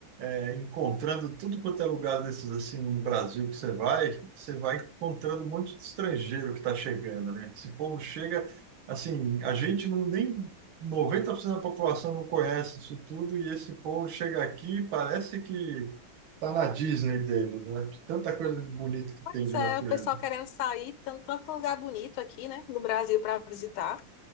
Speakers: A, on the right; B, on the left.
A: é, encontrando tudo quanto é lugar desses assim no Brasil que você vai, você vai encontrando um monte de estrangeiro que está chegando, né? Esse povo chega, assim, a gente não nem 90% da população não conhece isso tudo e esse povo chega aqui e parece que tá na Disney deles, né? Tanta coisa bonita que
B: Pois
A: tem de
B: é,
A: natureza.
B: o pessoal querendo sair, tanto, tanto lugar bonito aqui, né, do Brasil para visitar.